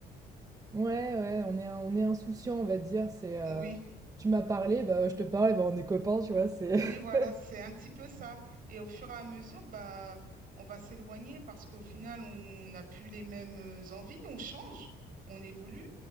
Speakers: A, on the right; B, on the right.
A: Ouais, ouais, on est in on est insouciant, on va dire. C'est, heu,
B: Oui,
A: tu m'as parlé, bah, je te parle et bah, on est copains, tu vois? C'est
B: oui,
A: <laughs>
B: voilà, c'est un petit peu ça. Et au fur et à mesure, bah, on va s'éloigner parce qu'au final, on n'a plus les mêmes euh, envies, on change, on évolue.